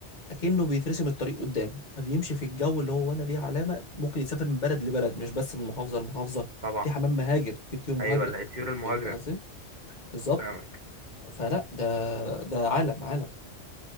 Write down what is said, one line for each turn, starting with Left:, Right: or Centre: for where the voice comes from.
Left: اكنه بيترسم الطريق قدامه فبيمشي في الجو اللي هو ولا ليه علامه ممكن يسافر من بلد لبلد مش بس من محافظه لمحافظه
Right: طبعا
Left: في حمام مهاجر في طيور مهاجره
Right: أيوة ال- الطيور المهاجرة
Left: فهمت قصدي بالظبط
Right: فاهمك
Left: فلا ده ده عالم عالم